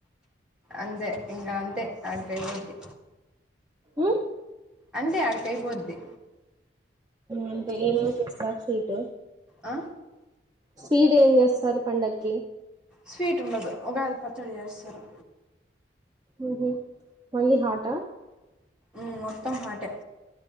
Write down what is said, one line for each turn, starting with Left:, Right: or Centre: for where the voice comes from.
Centre: అంజె ఇంగఅంతే ఆడికి కైపోద్ది
Right: ఉమ్
Centre: అంటే అడకైపోద్ది
Right: అంటే ఏమేమి చేస్తారు స్వీట్
Centre: ఆ
Right: స్వీడ్ ఏం ఎస్ సార్ పండక్కి
Centre: స్వీట్ ఉండదు ఉగాది పచ్చడి చేస్తారు
Right: ఉహు ఓన్లీ హాటా
Centre: ఉమ్ మొత్తం హాట్ ఎ